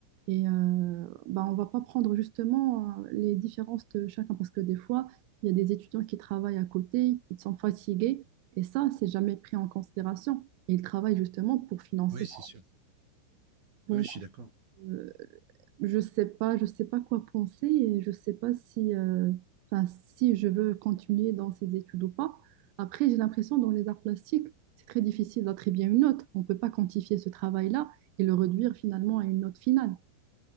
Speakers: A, on the right; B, on the right.
A: Et euh, bah, on ne va pas prendre justement euh, les différences de chacun parce que des fois, il y a des étudiants qui travaillent à côté, ils sont fatigués et ça, c'est jamais pris en considération. Et ils travaillent justement pour financer.
B: Oui, c'est sûr.
A: Donc,
B: Oui, je suis d'accord.
A: euh, je sais pas, je sais pas quoi penser et je sais pas si, euh, enfin, si je veux continuer dans ces études ou pas. Après, j'ai l'impression dans les arts plastiques, c'est très difficile d'attribuer une note. On ne peut pas quantifier ce travail-là et le réduire finalement à une note finale.